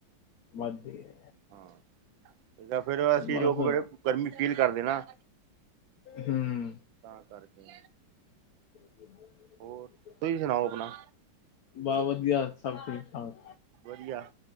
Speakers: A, on the left; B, on the right.
A: ਵੱਧਦੀ ਏ।
B: ਹਾਂ, ਯਾ ਫੇਰ ਅਸੀਂ
A: ਬਸ
B: ਲੋਕ ਫੇਰ ਗਰਮੀ ਫੀਲ ਕਰਦੇ ਆ ਨਾ।
A: ਹਮ।
B: ਤਾਂ ਕਰਕੇ।
A: <unintelligible>
B: ਹੋਰ ਤੁਸੀਂ ਸੁਣਾਓ ਆਪਣਾ।
A: ਬਾ ਵਧੀਆ ਸਭ ਠੀਕ-ਠਾਕ
B: ਵਧੀਆ